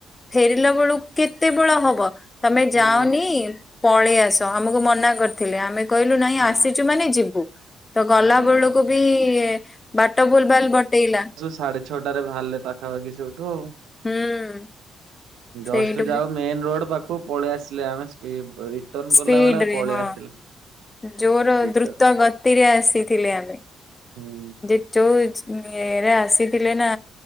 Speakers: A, on the left; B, on the right.
A: ଫେରିଲା ବଳୁକୁ କେତେ ବେଳ ହବ ତମେ
B: ହୁଁ
A: ଯାଅନି ପଳେଇ ଆସ ଆମୁକୁ ମନା କରିଥିଲେ ଆମେ କହିଲୁ ନାଇଁ
B: ହଁ
A: ଆସିଚୁ ମାନେ ଯିବୁ ତ ଗଲା
B: ହଁ
A: ବଳକୁ
B: ହଁ
A: ବି ବାଟ ଭୁଲ୍ ଭାଲ୍ ବଟେଇଲା
B: ସାଢ଼େ ଛଅଟାରେ ବାହାରିଲେ ପାଖାପାଖି ସେଉଠୁ ଆଉ।
A: ହୁଁ।
B: ଜଷ୍ଟ
A: ସେଇଠୁ
B: ଯାଅଉ ମେନ୍ ରୋଡ୍ ପାଖୁକୁ ପଳେଇ ଆସିଲେ ଆମେ <inaudible> ତମ୍
A: ସ୍ପିଡ
B: କଲା ଭଳିଆ
A: ରେ
B: ପଳେଇ
A: ହଁ
B: ଆସିଲେ
A: ଜୋର
B: ରିଟର୍ନ
A: ଦ୍ରୁତ ଗତିରେ ଆସିଥିଲେ ଆମେ
B: ହୁଁ
A: ଯୋଉ ଇରେ ଆସିଥିଲେ ନା